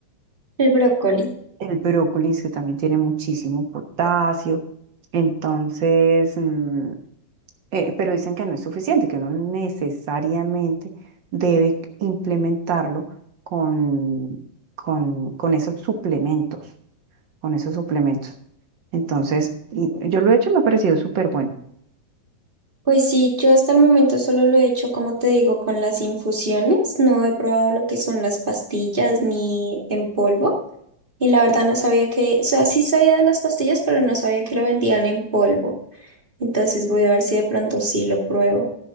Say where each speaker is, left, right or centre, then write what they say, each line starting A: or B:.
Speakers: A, on the right; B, on the right.
A: El brócoli.
B: El brócoli es que también tiene muchísimo potasio, entonces, mm, eh, pero dicen que no es suficiente, que uno necesariamente debe implementarlo con, con, con esos suplementos, con esos suplementos. Entonces, y- yo lo he hecho y me ha parecido súper bueno.
A: Pues sí, yo hasta el momento solo lo he hecho, como te digo, con las infusiones. No he probado lo que son las pastillas ni en polvo. Y la verdad no sabía que, o sea, sí sabía de las pastillas, pero no sabía que lo vendían en polvo. Entonces voy a ver si de pronto sí lo pruebo.